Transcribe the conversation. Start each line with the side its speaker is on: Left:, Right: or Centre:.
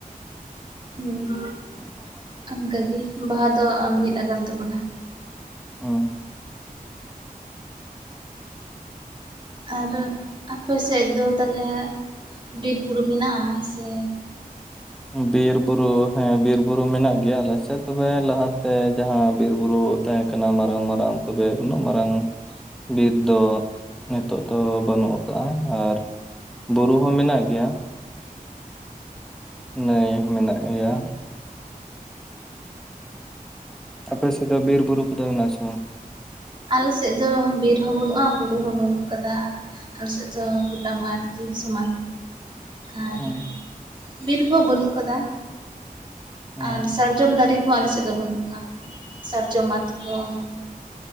Right: ᱦᱮᱸ
Centre: <inaudible>
Right: ᱚᱱᱠᱟᱜᱮ ᱵᱟᱦᱟ ᱫᱚ ᱢᱤᱫ ᱟᱠᱟᱱ ᱛᱟᱵᱚᱱᱟ᱾
Centre: ᱦᱩᱸ
Right: ᱟᱨ ᱟᱯᱮ ᱥᱮᱫ ᱫᱚ ᱛᱟᱦᱚᱞᱮ ᱵᱤᱨ ᱵᱩᱨᱩ ᱢᱮᱱᱟᱜ-ᱟ ᱥᱮ
Centre: ᱵᱤᱨ ᱵᱩᱨᱩ ᱦᱮᱸ ᱵᱤᱨ ᱵᱩᱨᱩ ᱢᱮᱱᱟᱜ ᱜᱮᱭᱟ ᱟᱞᱮᱥᱮᱫ ᱛᱚᱵᱮ ᱞᱟᱦᱟᱛᱮ ᱡᱟᱦᱟᱸ ᱵᱤᱨ ᱵᱩᱨᱩ ᱛᱟᱦᱮᱸ ᱠᱟᱱᱟ ᱢᱟᱨᱟᱝ ᱢᱟᱨᱟᱝ ᱛᱚᱵᱮ ᱩᱱᱟᱹᱜ ᱢᱟᱨᱟᱝ ᱵᱤᱨ ᱫᱚ ᱱᱤᱛᱚᱜ ᱫᱚ ᱵᱟᱹᱱᱩᱜ ᱠᱟᱜᱼᱟ ᱟᱨ ᱵᱩᱨᱩ ᱦᱚᱸ ᱢᱮᱱᱟᱜ ᱜᱮᱭᱟ ᱱᱟᱹᱭ ᱢᱮᱱᱟᱜ ᱜᱮᱭᱟ᱾ ᱟᱯᱮ ᱥᱮᱫ ᱫᱚ ᱵᱤᱨ ᱵᱩᱨᱩ ᱠᱚᱫᱚ ᱢᱮᱱᱟᱜᱼᱟ ᱥᱮ ᱵᱟᱝ?
Right: ᱟᱞᱮ ᱥᱮᱫ ᱫᱚ ᱵᱤᱨ ᱦᱚᱸ ᱵᱟᱹᱱᱩᱜᱼᱟ ᱵᱩᱨᱩ ᱦᱚᱸ ᱵᱟᱹᱱᱩᱜ ᱠᱟᱫᱟ ᱟᱞᱮ ᱥᱮᱫ ᱫᱚ ᱜᱚᱴᱟ ᱢᱟᱴ ᱜᱮ ᱥᱚᱢᱟᱱ ᱟᱨ
Centre: ᱦᱩᱸ
Right: ᱵᱤᱨ ᱦᱚᱸ ᱵᱟᱹᱱᱩᱜ ᱠᱟᱫᱟ᱾
Centre: ᱦᱩᱸ
Right: ᱟᱨ ᱥᱟᱨᱡᱚᱢ ᱫᱟᱨᱮ ᱠᱚᱦᱚᱸ ᱟᱞᱮ ᱥᱮᱫ ᱫᱚ ᱵᱟᱹᱱᱩᱜ ᱠᱚᱜᱼᱟ ᱥᱟᱨᱡᱚᱢ ᱢᱟᱛᱠᱚᱢ